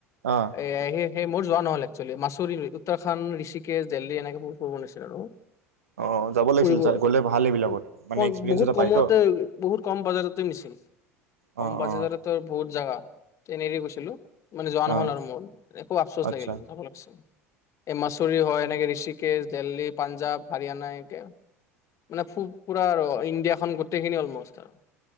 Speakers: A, on the right (about 75°); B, on the left (about 40°).
A: অঁ
B: এ সি সেই মোৰ যোৱা নহলে। মাছলি-মাছুৰি, উত্তৰাখণ্ড, ঋষিকেশ, দেল্লী এনেকে বহুত ফুৰব' নিছে আৰু।
A: অঁ যাব লাগিছিল
B: ফুৰিব উ
A: গ'লে ভাল সেইবিলাকত মানে
B: ক
A: এক্সপিৰিয়েঞ্চ
B: বহুত
A: এটা
B: কমতে-বহুত
A: পায়তো
B: কম বাজেটতে নিছিল, কম
A: অঁ
B: বাজেটতে
A: অঁ
B: বহুত জেগা। ট্ৰেইনদি গৈছিলো। মানে যোৱা নহল
A: অঁ
B: আৰু মোৰ একো আপচোচ
A: আচ্ছা
B: লাগিল আৰু যাবচোন এই মাছুৰি হয় এনেকে ঋষিক কেশ, দেল্লী, পাঞ্জাৱ। হাৰিয়ানা এক মানে ফু পুৰা আৰু ইণ্ডিয়াখন গোটেইখিনি অলমষ্ট আৰু।